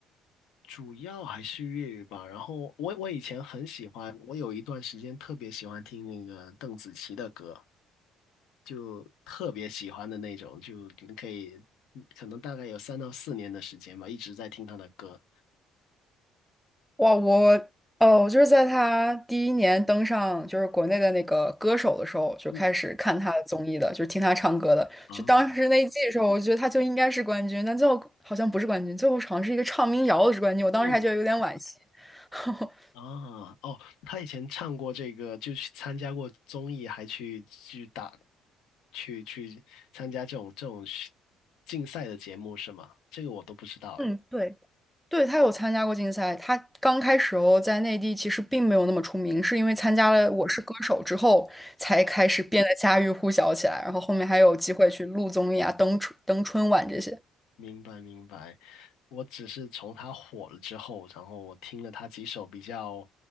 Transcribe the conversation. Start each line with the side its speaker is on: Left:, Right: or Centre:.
Left: 主要还是粤语吧。然后我我以前很喜欢，我有一段时间特别喜欢听那个邓紫棋的歌，就特别喜欢的那种，就你可以嗯可能大概有三到四年的时间吧，一直在听她的歌。
Centre: 哇，我呃，我就是在他第一年登上就是国内的那个歌手的时候，就开始看他的综艺的，
Left: 嗯
Centre: 就是听他唱歌的。
Left: 啊，
Centre: 就当时那一季的时候，我觉得他就应该是冠军，但最后好像不是冠军，最后好像是一个唱民谣的是冠军。我当时还觉得有点惋惜。
Left: 嗯
Centre: <laughs>
Left: 啊，哦，他以前唱过这个，就去参加过综艺，还去去打，去去参加这种这种竞赛的节目是吗？这个我都不知道哎。
Centre: 嗯，对，对，他有参加过竞赛。他刚开始哦，在内地其实并没有那么出名，是因为参加了《我是歌手》之后，才开始变得家喻户晓起来。然后后面还有机会去录综艺啊、登春登春晚这些。
Left: 明白明白，我只是从他火了之后，然后我听了他几首比较，